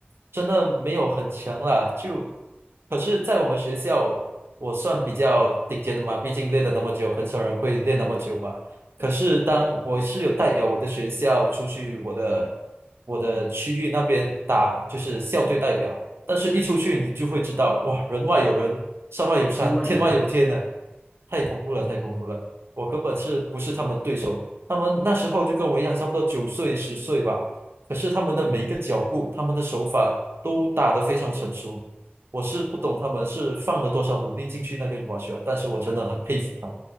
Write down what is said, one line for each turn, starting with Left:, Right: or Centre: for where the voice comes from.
Right: 真的没有很强啦。就，可是，在我们学校，我算比较顶尖的嘛，毕竟练了那么久，很少人会练那么久嘛。可是，当我是有代表我的学校出去，我的我的区域那边打，就是校队代表。但是，一出去你就会知道，哇，人外有人，山外有山，
Left: 天外有天，
Right: 天外有天呢、太恐怖了，
Left: 嗯
Right: 太恐怖了。我根本是不是他们对手。他们那时候就跟我一样，差不多九岁、十岁吧。可是他们的每一个脚步、
Left: 嗯
Right: 他们的手法都打得非常成熟。我是不懂他们是放了多少努力进去那个羽毛球啊但是我真的很佩服他们。